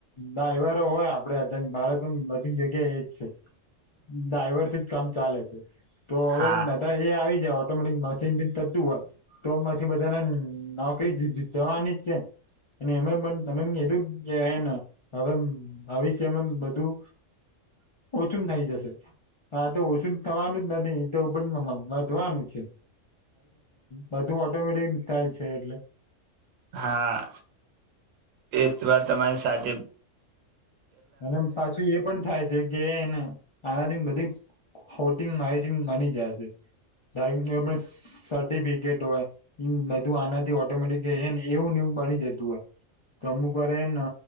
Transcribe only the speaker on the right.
હા
હા એ જ વાત તમારી સાચ